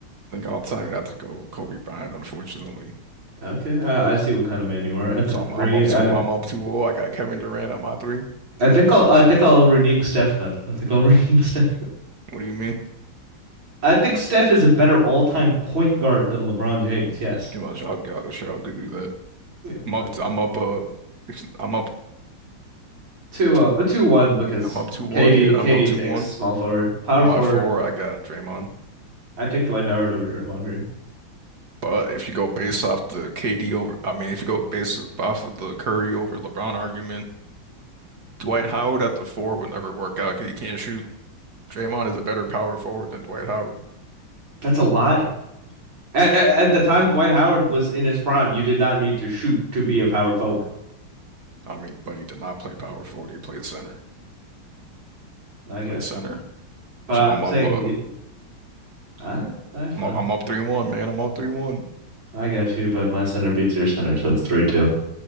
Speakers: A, on the right; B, on the right.
A: think all the time you'd have to go Kobe Bryant, unfortunately.
B: Okay, I, I see what kind of man you are. At the
A: So
B: three,
A: I'm I'm up two
B: I
A: I'm up two oh. I got Kevin Durant at my three. <laughs>
B: I think I'll I think I'll renege Steph then. I think I'll <laughs> renege Steph.
A: What do you mean?
B: I think Steph is a better all-time point guard than LeBron James. Yes.
A: You know, I'll, I'll, sure i could do that.
B: Yeah,
A: I'm up
B: I agree.
A: I'm up uh I'm up
B: Two
A: two
B: uh two one because
A: I'm up two one.
B: KD
A: Yeah,
B: KD
A: I'm up two
B: takes
A: one.
B: small forward, power
A: At my
B: forward.
A: four, I got Draymond.
B: I take Dwight Howard over Draymond Green.
A: But if you go based off the KD over, I mean, if you go based off of the Curry over LeBron argument, Dwight Howard at the four would never work out because he can't shoot. Draymond is a better power forward than Dwight Howard.
B: That's a lie. At, at, at the time Dwight Howard was in his prime, you did not need to shoot to be a power forward.
A: I mean, but he did not play power forward. He played center.
B: I got
A: play center.
B: you, but
A: So
B: I'm
A: I'm
B: saying
A: up uh
B: if I that's fine.
A: I'm up, I'm up 3-1, man. I'm up 3-1.
B: I got you, but my center beats your center, so it's three two.